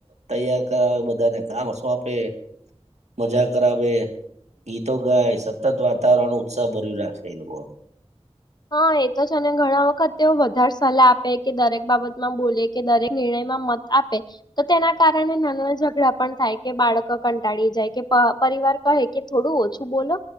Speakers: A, on the right; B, on the left.
A: તૈયાર કરાવે બધાને કામ સોંપે મજા કરાવે, ગીતો ગાય સતત વાતાવરણ ઉત્સાહ ભર્યું રાખેલુ હોય.
B: હા એ તો છે અને ઘણા વખત તે વધારે સલાહ આપે કે દરેક બાબત માં બોલે કે દરેક નિર્ણયમાં મત આપે તો તેના કારણે નાના ઝઘડા પણ થાય કે બાળક કંટાળી જાય કે પ પરિવાર કહે કે થોડું ઓછું બોલો